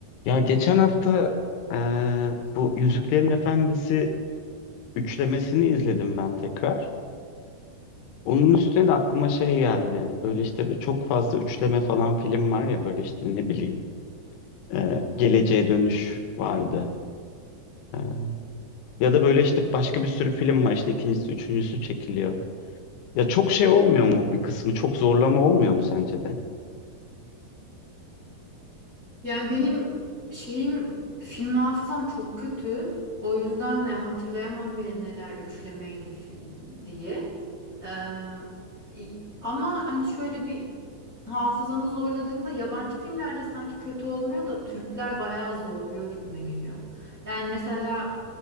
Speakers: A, on the left; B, on the right.
A: Ya geçen hafta eee, bu Yüzüklerin Efendisi üçlemesini izledim ben tekrar. Onun üstüne de aklıma şey geldi. Böyle işte bir çok fazla üçleme falan film var ya böyle işte ne bileyim eee, Geleceğe Dönüş vardı. Eee, ya da böyle işte başka bir sürü film var işte ikincisi üçüncüsü çekiliyor. Ya çok şey olmuyor mu bir kısmı? Çok zorlama olmuyor mu sence de?
B: Yani benim şeyim film hafızam çok kötü. O yüzden ne hatırlayamam bile neler üçlemeydi fi- diye. Ee, i- ama hani şöyle bir hafızamı zorladığımda yabancı filmlerde sanki kötü olmuyor da Türkler bayağı zorluyor gibime geliyor. Yani mesela